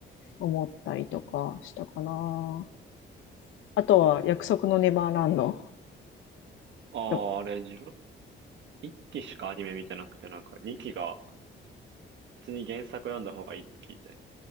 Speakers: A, on the left; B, on the right.
A: 思ったりとかしたかな。あとは約束のネバーランド
B: ああ、
A: とか。
B: あれ自分、1期しかアニメ見てなくて、なんか2期が普通に原作読んだ方がいいって聞いて。